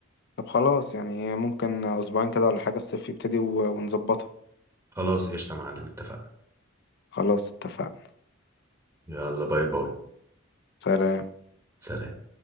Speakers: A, on the left (about 55°); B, on the right (about 15°).
A: طب خلاص يعني ممكن اسبوعين كده ولا حاجة الصيف يبتدي و- ونظبطها
B: خلاص قشطه يا معلم اتفقنا
A: خلاص اتفقنا
B: يلا باي باي
A: سلام
B: سلام